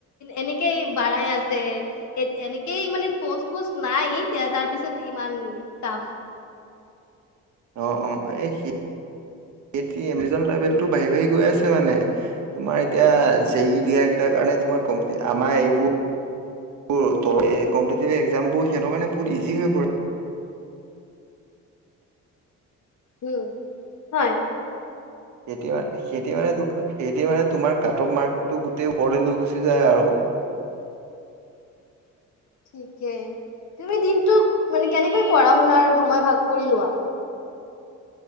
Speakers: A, on the left; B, on the right.
A: এনেকেই বাঢ়াই আছে এ এনেকেই মানে পষ্ট পষ্ট নাই। এয়া তাৰ পিছত ইমান তাফ।
B: অ অ এ হি এটি এভিজন লেবেলটো বাঢ়ি বাঢ়ি গৈ আছে মানে। তোমাৰ এতিয়া জেৰি দিয়া কেইটা। কাৰণে তোমাৰ কমটি আমাৰ এইবু বো কম্পিটিটিভ এক্সামবো সিহঁতৰ কাৰণে বহুত ইজি হৈ পৰে।
A: উম হয়।
B: সেইতিয়াৰ সেইতিয়াৰে ত সেইটিয়াৰ মানে তোমাৰ কাট অফ মাৰ্কটো গোটেই ওপৰলে লৈ গুচি যায় আৰু।
A: <unintelligible> থিকে। তুমি দিনটোক মানে কেনেকৈ পঢ়া শুনাৰ সময় ভাগ কৰি লোৱা?